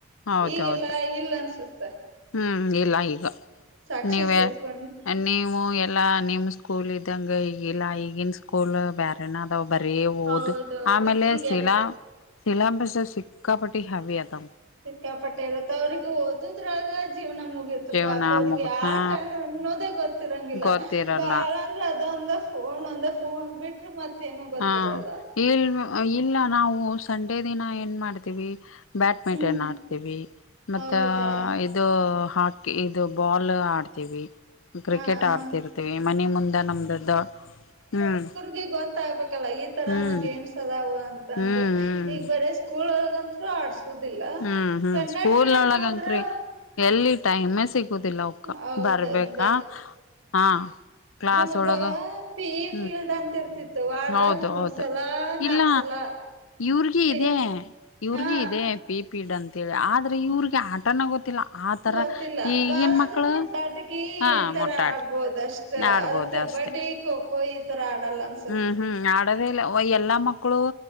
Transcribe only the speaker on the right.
ಈಗೆಲ್ಲ ಇಲ್ಲ ಅನ್ಸುತ್ತ
ಸಾಕ್ಷಿ
ಸೇರ್ಕೊಂಡು
ಹೌದೌದು
ಈಗಲ್
ಸಿಕ್ಕಾಪಟ್ಟೆ ಇರುತ್ತೆ ಅವ್ರಿಗೆ ಓದದ್ರಾಗ ಜೀವನ ಮುಗಿಯತು
ಪಾಪ ಅವ್ರಿಗೆ
ಆ
ಟೈಮ ನ್ನೋದೇ ಗೊತ್ತಿರಂಗಿಲ್ಲ
ಬಾಳ ಅದೊಂದ ಫೋನ್ ಒಂದ ಫೋನ್ ಬಿಟ್ರ ಮತ್ತ ಏನ ಗೊತ್ತಿರಲ್ಲ
ಹ್ಮ್
ಹೌದಾ
ಹಾ ಹಾ
ಗೆ ಗೊತ್ತ ಆಗ್ಬೇಕಲ್ಲ ಈ ತರಾನ
ಗೇಮ್ಸ್ ಅದಾವ ಅಂತಂದ
ಈಗ ಬರ ಸ್ಕೂಲ್ ಒಗಂಂತ ಆಸ್ ದಿಲ್ಲ
ಕನ್ನಡ
ಮೀಡಿಯಂ
ಆದ್ರು
ಹೌದೌದು
ನಮ್ಗ್
ಬ ಪೀಫ
ಇಲ್ದ ಅಂತ ಇರ್ತಿತ್ತು ವರದಗ್
ಮೂರ್
ಸಲ ನಾಕು
ಸಲ
ಪಿ
ಹಾ
ಗೊತ್ತಿಲ್ಲ
ಬಾಳ ಅಂದ್ರೆ
ಮುಟ್ಟಾಟಗಿ
ಈ ತರ
ಆಡ್ಬೋದಷ್ಟ
ಆದದ್ರ ಕಬಡ್ಡಿ
ಖೋಖೋ ಈ ತರ ಆಡಲ್ಲ ಅ